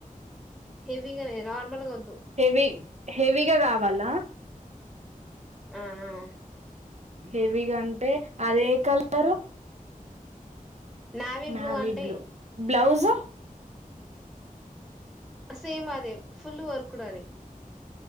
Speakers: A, in the centre; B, on the right.
A: హెవీగానే నార్మల్గా వద్దు
B: హెవి హెవీగా కావాలా
A: ఆ ఆ
B: హెవీగా అంటే అదే కలరు
A: నావీ
B: నావి
A: అంటే
B: బ్లూ బ్లౌజు
A: సేమ్ అదే ఫుల్ వర్క్ కూడాది